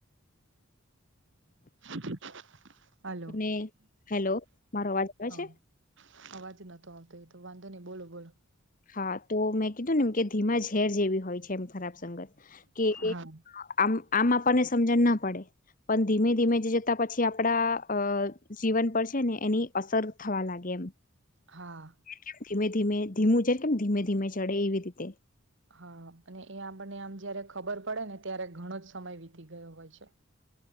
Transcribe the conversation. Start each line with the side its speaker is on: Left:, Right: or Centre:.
Right: <inaudible> હલો
Left: અને હેલો, મારો અવાજ આવે
Right: હા
Left: છે?
Right: અવાજ નતો આવતો એતો વાંધો નઈ, બોલો બોલો.
Left: હા, તો મેં કીધું નેમ કે ધીમા ઝેર જેવી હોય છે, એમ ખરાબ સંગત, કે એ
Right: હા
Left: આ આમ આપણને સમજણ ના પડે પણ ધીમે ધીમે જ જતા પછી આપણા જીવન પર છે ને એની અસર થવા લાગે એમ.
Right: હા.
Left: કેમ ધીમે ધીમે, ધીમું કેમ ધીમે ધીમે ચડે, એવી રીતે.
Right: હા, અને એ આપણને અમ જ્યારે ખબર પડે ને, ત્યારે ઘણો જ સમય વીતી ગયો હોય છે.